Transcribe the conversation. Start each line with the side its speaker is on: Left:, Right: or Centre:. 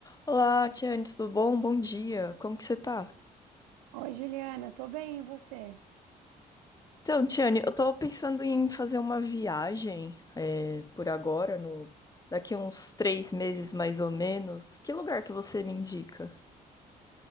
Left: Olá, Tiane, tudo bom? Bom dia. Como que você tá?
Right: Oi, Juliana, tô bem, e você?
Left: Então, Tiane, eu tô pensando em fazer uma viagem é, por agora, no daqui uns três meses mais ou menos. Que lugar que você me indica?